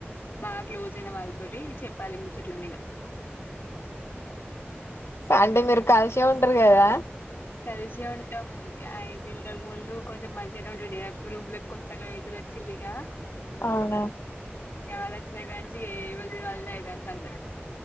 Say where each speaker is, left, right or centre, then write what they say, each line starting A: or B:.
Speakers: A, on the left; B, on the left.
A: బాగా క్లోజ్ అయిన వాళ్ళతోటి చెప్పాలి ముచ్చట్లు అన్ని ఇగ
B: అంటే మీరు కాల్షియం ఉంటారు కదా
A: కలిసే ఉంటాం ఆయితే ఇంతక ముందు కొంచెం మంచిగానే ఉండి రూమ్లక్ కొసగా ఇరుచ్చిల్గా
B: అవునా
A: ఎవళచ్చన గంజకి ఇవల్ది వల్దే యితే అన్సంత